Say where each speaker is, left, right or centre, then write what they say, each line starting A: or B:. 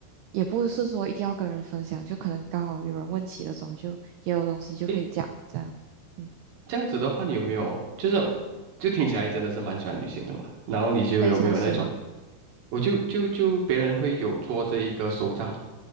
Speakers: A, on the right; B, on the right.
A: 也不是说一定要跟人分享，就可能刚好有人问起的时候就也有东西就可以讲，
B: 诶，
A: 这样，嗯，
B: 这样子的话，你有没有就是就听起来你真的是蛮喜欢旅行的嘛？然后你就有没有那种，
A: 非常喜欢。
B: 我就就就别人会有做这一个手账，